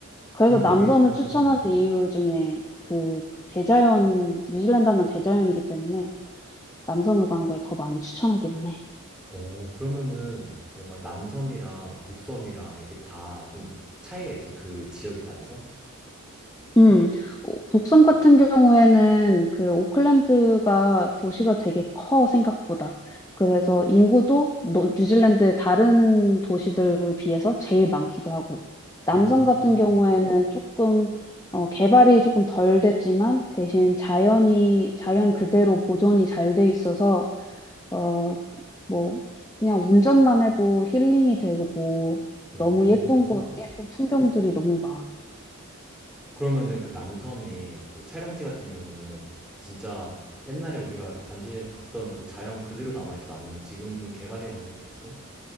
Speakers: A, on the left; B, in the centre.
A: 그래서
B: 그럼
A: 남섬을
B: 거기는 음,
A: 추천하는
B: 음.
A: 이유 중에 그 대자연, 뉴질랜드 하면 대자연이기 때문에 남섬을 가는 걸 더 많이 추천하기는 해.
B: 어, 그러면은 뭔가 남섬이랑 북섬이랑 이렇게 다 좀 차이가 있어. 그 지역에 따라서?
A: 음, 오- 북섬 같은 경우에는 그 오클랜드가 도시가 되게 커 생각보다. 그래서 인구도 노- 뉴질랜드 다른 도시들 비해서 제일 많기도 하고. 남섬
B: 음.
A: 같은 경우에는 조금 어, 개발이 조금 덜 됐지만 대신 자연이 자연 그대로 보존이 잘 돼 있어서 어, 뭐 그냥 운전만 해도 힐링이 되고
B: 오,
A: 너무
B: 그 정도구나.
A: 예쁜 곳, 예쁜 풍경들이 너무 많아.
B: 그러면은 그 남섬이 그 촬영지 같은 경우는 진짜 옛날에 우리가 반지에서 봤던 그 자연 그대로 남아있어? 아니면 지금 좀 개발이 어느 정도 됐어?